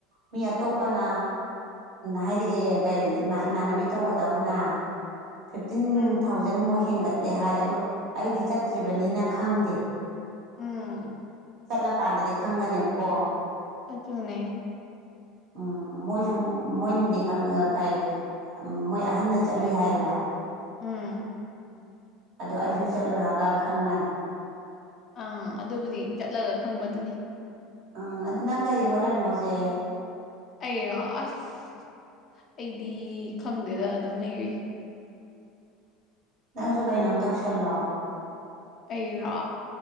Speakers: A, on the right; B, on the left.
A: ꯃꯤ ꯑꯇꯣꯞꯄꯅ ꯍꯥꯏꯔꯛꯑꯦ ꯀꯩꯥ ꯏꯃꯥꯟꯅꯕꯤ ꯇꯧꯒꯗꯕꯅ
B: <inaudible>
A: ꯐꯤꯐꯇꯤꯟ
B: ꯎꯝ
A: ꯊꯥꯎꯖꯟ ꯃꯨꯛ ꯍꯦꯟꯒꯠꯂꯦ ꯍꯥꯏ ꯑꯗꯣ ꯑꯩꯗꯤ ꯆꯠꯇ꯭ꯔꯤꯕꯅꯤꯅ ꯈꯪꯗꯦ
B: ꯎꯝ
A: ꯆꯠꯂꯀꯥꯟꯗꯗꯤ ꯈꯪꯒꯅꯦꯕꯀꯣ
B: ꯑꯗꯨꯅꯦ
A: ꯎꯝ ꯃꯣꯏꯁꯨ ꯃꯣꯏꯅꯗꯤ ꯀꯩ ꯃꯣꯏ ꯑꯍꯟꯅ ꯆꯠꯂꯨꯏ ꯍꯥꯏꯌꯦꯕ
B: ꯎꯝ
A: ꯑꯗꯨ ꯑꯩꯁꯨ ꯆꯠꯂꯨꯔꯒ ꯈꯪꯒꯅꯤ
B: ꯑꯥ ꯑꯗꯨꯕꯨꯗꯤ ꯆꯠꯂꯒ ꯈꯪꯕꯗꯨꯅꯤ
A: ꯎꯝ ꯑꯗꯨ ꯅꯪ ꯀꯔꯤ ꯍꯣꯠꯅꯔꯤꯝꯃ ꯍꯧꯁꯦ
B: ꯑꯩꯔꯥ ꯑꯁ ꯑꯩꯗꯤ ꯈꯪꯗꯦꯗ ꯑꯗꯨꯝ ꯂꯩꯔꯤ
A: ꯅꯪꯁꯨ ꯀꯩꯅꯣꯝ ꯇꯧꯁꯜꯂꯣ
B: ꯑꯩꯔ